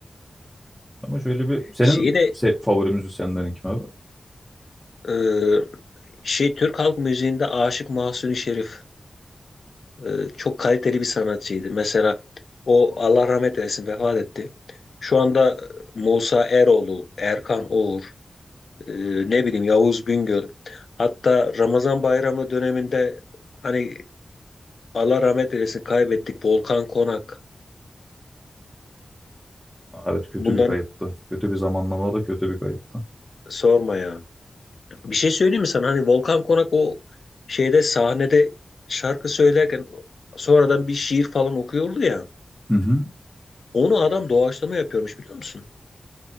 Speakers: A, in the centre; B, on the left.
A: <laughs> Ama şöyle bir senin
B: Şeyi de
A: se favori müzisyenlerin kim abi?
B: e, şey Türk halk müziğinde Aşık Mahzuni Şerif. e, çok kaliteli bir sanatçıydı. Mesela o Allah rahmet eylesin vefat etti. Şu anda e, Musa Eroğlu, Erkan Oğur, e, ne bileyim Yavuz Bingöl. Hatta Ramazan bayramı döneminde hani Allah rahmet eylesin kaybettik Volkan Konak.
A: Aa, Evet kötü
B: Bunları
A: bir kayıptı. Kötü bir zamanlama da kötü bir kayıptı.
B: sorma ya. Bir şey söyleyeyim mi sana? Hani Volkan Konak o şeyde sahnede şarkı söylerken sonradan bir şiir falan okuyordu ya.
A: Hı hı.
B: Onu adam doğaçlama yapıyormuş biliyor musun?